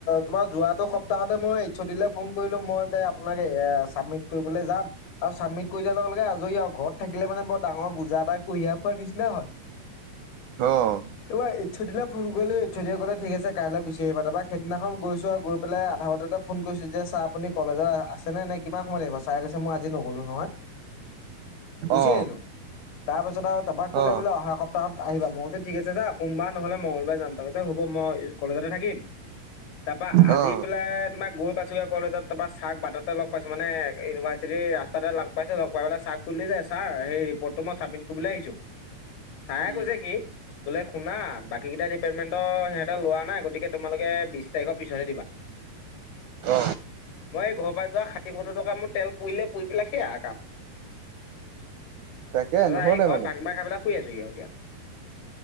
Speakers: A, on the left (about 85°); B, on the right (about 80°).
A: তোমাৰ যোৱাটো সপ্তাহতে মই এইছ অ দিলৈ ফোন কৰিলোঁ মই যে আপোনাক এয়া ছাবমিট কৰিবলৈ যাম আৰু চাবমিত কৰি দিয়াৰ লগে লগে আজৰি আৰু ঘৰত থাকিলে মানে বৰ ডাঙৰ বুজা এটা কঢ়িয়াই ফোৰাৰ নিচিনা হয়।
B: অ'।
A: তোমাৰ এইচদিলে ফোন কৰিলো এইছদিয়ে কলে ঠিক আছে কাইলৈ গুচি আহিবা তাৰপা। সেইদিনাখন গৈছো আৰু গৈ পেলাই আধা বাটতে ফোন কৰিছো যে ছাৰ আপুনি কলেজত আছেনে নাই কিমান সময় আহিব ছাৰে কৈছে- যে মই আজি নগলো নহয়, গুচি
B: অ
A: আহিলোঁ। তাৰ পাছত আও তাপাক কলে
B: অ
A: বোলে অহা সপ্তাহত আহিবা মই কৈছোঁ ঠিক আছে ছাৰ সোমবাৰ নহলে মংগলবাৰ যাম মই কলেজতে থাকিম তাৰ পা আজি
B: অ
A: পেলাই তোমাক গৈ পাইছোঁ গে। কলেজত তাৰ পৰা ছাৰক বাটতে লগ পাইছো মানে ইউনিভাৰ্চিটিৰ ৰাস্তাতে লগ পাইছো লগ পাই বোলে ছাৰক ক'লো যে ছাৰ সেই ৰিপোৰ্টটো মই চাবমিট কৰিবলে আহিছো। চাৰে
B: উম
A: কৈছে কি বোলে শুনা বাকী কেইটা ডিপাৰ্টমেণ্ট সিহঁতৰ লোৱা নাই গতিকে তোমালোকে বিচ তাৰিখৰ পিছতহে দিবা।
B: অ
A: মই এই ঘৰৰ পৰা যোৱা ষাঠি সত্তৰ টকা মোৰ তেল পুৰিলে পুৰি পেলাই সেয়া কাম।
B: তাকে
A: তাৰপা
B: নহলে
A: সেই ঘৰত
B: মানে
A: মাৰ খাই পেলাই শুই আছোহি এতিয়া।